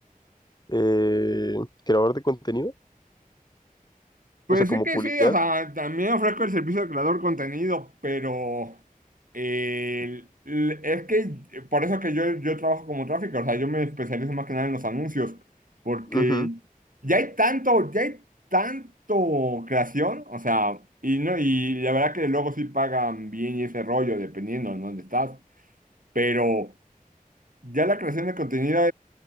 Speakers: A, on the left; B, on the right.
A: Eh, creador de contenido,
B: Pues
A: o sea, como
B: sí que
A: publicidad.
B: sí, o sea, también ofrezco el servicio de creador de contenido, pero eh, l- es que por eso que yo, yo trabajo como tráfico, o sea, yo me especializo más que nada en los anuncios, porque
A: Ujú,
B: ya hay tanto, ya hay tanto creación, o sea, y no, y la verdad que luego sí pagan bien y ese rollo, dependiendo en dónde estás, pero ya la creación de contenido